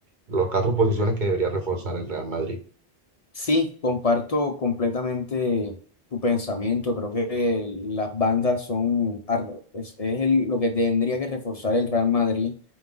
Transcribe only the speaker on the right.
los cuatro posiciones que debería reforzar el Real Madrid.